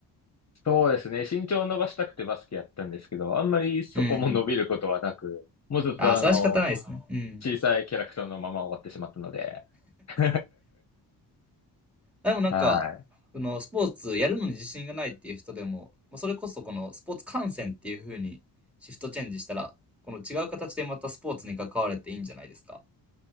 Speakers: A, on the left; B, in the centre.
A: そうですね、身長を伸ばしたくてバスケやったんですけど、あんまりそこも伸びることはなく、
B: うん。
A: もうずっとあの、
B: ああ、それは仕方ないですね。うん。
A: 小さいキャラクターのまま終わってしまったので、<laughs>
B: でもなんか、
A: はい。
B: その、スポーツやるのに自信がないっていう人でも、まあ、それこそこのスポーツ観戦っていう風にシフトチェンジしたら、この違う形でまたスポーツに関われていいんじゃないですか。